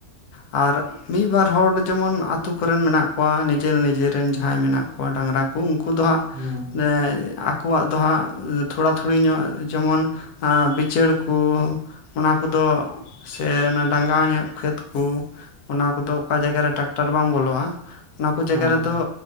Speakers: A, on the left (about 90°); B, on the right (about 60°).
A: ᱟᱨ ᱢᱤᱫ ᱵᱟᱨ ᱦᱚᱲ ᱡᱮᱢᱚᱱ ᱟᱛᱩ ᱟᱛᱩ ᱠᱚᱨᱮᱱ ᱢᱮᱱᱟᱜ ᱠᱩᱣᱟ ᱱᱤᱡᱮᱨ ᱱᱤᱡᱮᱨ ᱨᱮᱱ ᱡᱟᱦᱟᱸᱭ ᱢᱮᱱᱟᱜ ᱠᱩᱣᱟ ᱰᱟᱝᱨᱟ ᱠᱩ ᱩᱱᱠᱩ ᱫᱚ ᱦᱟᱸᱜ,
B: ᱦᱮᱸ
A: ᱮᱸ ᱟᱠᱚᱣᱟᱜ ᱫᱚ ᱦᱟᱸᱜ ᱛᱷᱚᱲᱟ ᱛᱷᱩᱲᱤ ᱧᱚᱜ ᱡᱮᱢᱚᱱ ᱟ ᱵᱤᱪᱟᱹᱨ ᱠᱩ ᱚᱱᱟ ᱠᱩᱫᱚ ᱥᱮ ᱚᱱᱟ ᱰᱟᱸᱜᱟ ᱧᱚᱜ ᱠᱷᱮᱛ ᱠᱩ ᱚᱱᱟ ᱠᱩᱫᱚ ᱚᱠᱟ ᱡᱟᱭᱜᱟ ᱨᱮ ᱴᱨᱟᱠᱴᱟᱨ ᱵᱟᱝ ᱵᱚᱞᱚᱜ-ᱟ ᱚᱱᱟ ᱠᱩ ᱡᱟᱭᱜᱟ
B: ᱦᱮᱸ ᱦᱮᱸ
A: ᱨᱮᱫᱚ
B: ᱦᱮᱸ